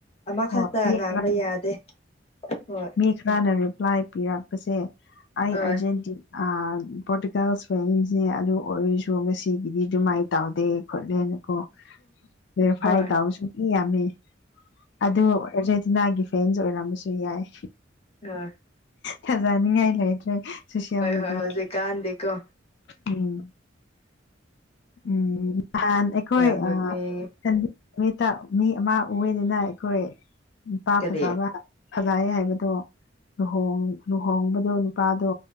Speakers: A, on the left; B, on the left.
A: ꯑꯃꯈꯛꯇ
B: ꯍꯣꯏ ꯃꯤ
A: ꯉꯥꯡꯕ
B: ꯈꯔ
A: ꯌꯥꯗꯦ ꯍꯣꯏ
B: ꯃꯤ ꯈꯔꯅ ꯔꯤꯄ꯭ꯂꯥꯏ ꯄꯤꯔꯛꯄꯁꯦ ꯑꯩ
A: ꯍꯣꯏ
B: ꯑꯥꯔꯖꯦꯟꯇꯤ ꯑ ꯄꯔꯣꯇꯤꯀꯦꯜ ꯐꯦꯁꯅꯤ ꯑꯗꯨ ꯑꯣꯏꯔꯁꯨ ꯉꯁꯤꯒꯤꯗꯤ ꯑꯗꯨꯃꯥꯏ ꯇꯧꯗꯦ ꯈꯣꯠꯂꯦꯅ ꯀꯣ ꯔꯤ ꯐꯥꯏ
A: ꯍꯣꯏ
B: ꯇꯥꯎꯁꯨꯨꯝ ꯏ ꯌꯥꯝꯃꯤ ꯑꯗꯨ ꯑꯔꯖꯦꯟꯇꯤꯅꯥꯒꯤ ꯐꯦꯟꯁ ꯑꯣꯏꯔꯝꯕꯁꯨ ꯌꯥꯏ
A: ꯑ
B: ꯐꯖꯅꯤꯡꯉꯥꯏ ꯂꯩꯇ꯭ꯔꯦ ꯁꯣꯁꯤꯌꯦꯜ ꯃꯦꯗꯤꯌꯥꯗ
A: ꯍꯣꯏ ꯍꯧꯖꯤꯛꯀꯥꯟꯗꯤꯀꯣ
B: ꯎꯝ ꯎꯝ ꯅꯍꯥꯟ ꯑꯩꯈꯣꯏ
A: ꯌꯥꯝ ꯅꯣꯛꯅꯤꯡꯉꯦ
B: ꯑ <unintelligible> ꯃꯤꯠꯇ ꯃꯤ ꯑꯃ ꯎꯏꯌꯦꯗꯅ ꯑꯩꯈꯣꯏ ꯅꯨꯄꯥ
A: ꯀꯔꯤ
B: ꯐꯖꯕ ꯐꯖꯥꯏ ꯍꯥꯏꯕꯗꯣ ꯂꯨꯍꯣꯡ ꯂꯨꯍꯣꯡꯕꯗꯣ ꯅꯨꯄꯥꯗꯣ